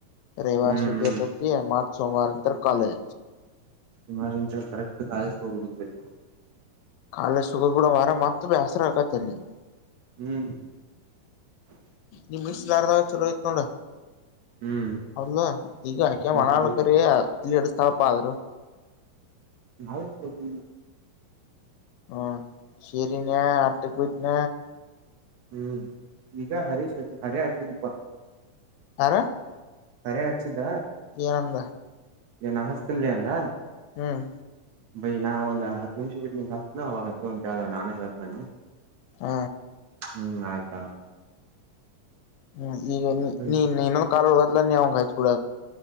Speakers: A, on the left; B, on the right.
A: ರವಿವಾರ
B: ಹ್ಮ್
A: ಸಟಿ
B: ಹ್ಮ್
A: ಇತ ಮ ಸೋಮವಾರ ನಂತ ಕಾಲಜ
B: ಸುಮಾರ ಇಂತ ಕರೆಕ್ಟ್ ಕಾಯಿಸಕ ಹ್ಬಿಡುದು ಬ
A: ಕಾಲೆ ಶುಗದ ಬುಡ ಮಾರ ಮಾರ್ತ ಬ್ಯಾಸ ರಕಾತಲ್ಲಿ
B: ಹ್ಮ್
A: ನಿಮ್ ಮಿಸ್ ಯಾರದಾವ ಚಲೋಯಐತ್ ನೋ್ರ
B: ಹ್ಮ್
A: ಅೌಲ್ಲ ಈಗ ಆಕೆ
B: ಹ
A: ಮಣಾಳ್ಕ್ರ
B: ಹೌದು
A: ಇಲ್ಲಿ ಎಡುಸ್ತಪ್ಪ ಆದ್ರರು
B: ನ ಸದ
A: ಹ್ಮ ಸರಿನ ಅಟ್ಟ ಬಯತನ
B: ಹ್ಮ್ ಈಗ ಹರೀಶ್ ಹರೇ ಹಚ್ಚಿದಪ್ಪಾ
A: ಆ
B: ಹರೆ ಹಚ್ಚಿದ್ದ
A: ಎನ್
B: ಏನ್ ಅನಸ್ತಿನ್ಲಿ ಅಂದ
A: ಹ್ಮ್
B: ಬೈ ನಾ ಒಂದು ಹತ್ ನಿಮಿಷ ಬಿಟ್ಟ ನಿ ಹಸ್ದು ಅವವಾಗ ಹಚ್ಚು ಅಂತ ಹೇಳ್ದ ನಾನೇ ಹೇತ್ ನಾನನೆ
A: ಹ
B: ಹ್ಮ್ ಆಯ್ತ
A: ಹ್ಮ್ ಈಗ
B: ಹ್ಮ್
A: ನೀ ನೀ ಇನ್ನೊಂದು ಕಾ ಹದತ್ಲ ನೀ ಅವಂಗ ಹಾಯಚ್ ಬಿಡ